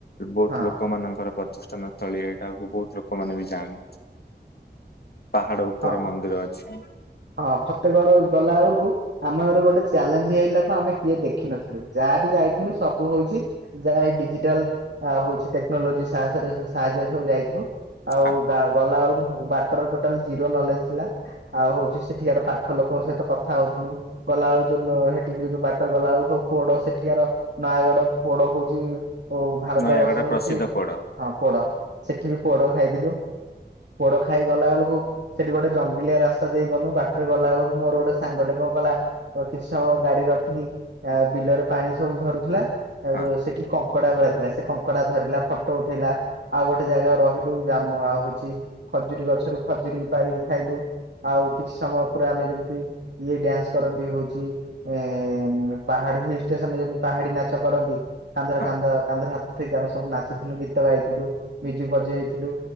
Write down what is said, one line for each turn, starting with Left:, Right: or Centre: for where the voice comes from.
Left: ବହୁତ
Right: ହଁ
Left: ଲୋକ ମାନଙ୍କର ପର୍ଯ ସ୍ଥନସ୍ଥଳୀ ଏଇଟାକୁ ବହୁତ ଲୋକମାନେ ବି ଯାଆନ୍ତି। ପାହାଡ ଉପରେ
Right: ହଁ।
Left: ମନ୍ଦିର ଅଛି।
Right: ହଁ ଫତେଗଡ ଗଲା ବେଳକୁ ଆମ ଘର ଗୋଟେ ଚ୍ୟାଲେଞ୍ଜି ହେଲା କଣ ଆମେ କିଏ ଦେଖିନଥିଲୁ ଯାହା ବିି ଯାଇଥିଲୁ ସବୁ ହଉଛି ଯାଏ ଡିଜିଟାଲ ହଉଛି ଟେକ୍ନୋଲୋଜି ସାହସରେ ସାହାଯ୍ୟରେ ସବୁ ଯାଇଥିଲୁ। ଆଉ
Left: ହଁ
Right: ଗଲା ବେଳକୁ ବାଟରେ ଟୋଟାଲ ଜିରୋ ନଲେଜ ଥିଲା। ଆଉ ହଉଛି ସେଠିକାର ପାଖ ଲୋକଙ୍କ ସହିତ କଥା ହଉଥିଲୁ। ଗଲାବେଳୁ ଯୋଉ ହେଠିକ ଯୋଉ ବାଟରେ ଗଲାବେଳକୁ ପୋଡ ସେଠିକାର ନୟାଗଡ ପୋଡ ହଉଛି ଓ ଭାରତ
Left: ନୟାଗଡ
Right: ବର୍ଷ ହଉଛି
Left: ପ୍ରସିଦ୍ଧ ପୋଡ
Right: ହଁ ପୋଡ ସେଠି ବି ପୋଡ ଖାଇଥିଲୁ ପୋଡ ଖାଇଗଲା ବେଳକୁ ସେଠି ଗୋଟେ ଜଙ୍ଗଲିଆ ରାସ୍ତା ଦେଇ ଗଲୁ ବାଟରେ ଗଲାବେେଳକୁ ମୋର ଗୋଟେ ସାଙ୍ଗଟେ କଣ କଲା କିଛି ସମୟ ଗାଡି ରଖିକି ଆ ବିଲରେ ପାଣି ସବୁ ଝରୁଥିଲା ଆଉ
Left: ହଁ
Right: ସେଠି କଙ୍କଡା ଗୁଡା ଥିଲା ସେ କଙ୍କଡା ଧରିଲା ଫଟୋ ଉଠେଇଲା ଆଉ ଗୋଟେ ଜାଗା ରେ ରହିଲୁ ଆଉ ହଉଛି ଖଜୁରୀ ଗଛରୁ ଖଜୁରୀ ପାରିକି ଖାଇଲୁ। ଆଉ କିଛି ସମୟ ପୁରା ଆମେ ଯେମିତି ଇଏ ଡ୍ୟାନ୍ସ କରନ୍ତି ହଉଛି ଉ ପାହାଡି ହିଲ୍ ଷ୍ଟେସନରେ ଯିମିତି ପାହାଡି ନାଚ କରନ୍ତି କାନ୍ଧରେ
Left: ହଁ।
Right: କାନ୍ଧ କାନ୍ଧରେ ହାତ ଜେତିକି ଆମେ ସବୁ ନାଚଥିଲୁ ଗୀତ ଗାଇଥିଲୁ ମ୍ୟୁଜିକ ବଜେଇଥିଲୁ